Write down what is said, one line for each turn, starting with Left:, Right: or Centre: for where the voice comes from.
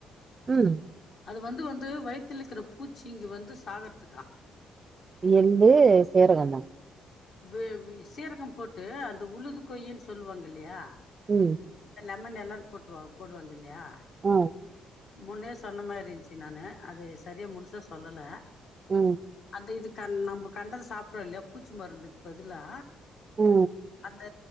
Right: ம்
Left: அது வந்து வந்து வயித்துலக்குற பூச்சி இங்க வந்து சாகறதுக்கா
Right: எள்ளு சீரகம்மா
Left: வெ சீரகம் போட்டு அந்த உழுது கொய்யின்னு சொல்லுவாங்க இல்லையா
Right: ம்
Left: <inaudible> நல்லானு போட்ருவா போடுவாங்க இல்லையா
Right: உ
Left: முன்னே சொன்ன மாரி இருன்ச்சு நானு அது சரியா முழுசா சொல்லல
Right: அ
Left: அ இது கண் நம்ம கண்டத சாப்பிடுறோ இல்லையா பூச்சி மருந்துக் பதிலா
Right: ஊ
Left: அ